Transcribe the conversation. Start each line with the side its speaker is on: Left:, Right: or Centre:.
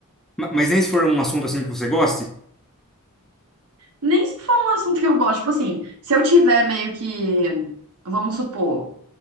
Centre: Ma- Mas nem se for um assunto, assim, que você goste.
Right: Nem se for um assunto que eu gosto, tipo assim, se eu tiver meio que, vamos supor,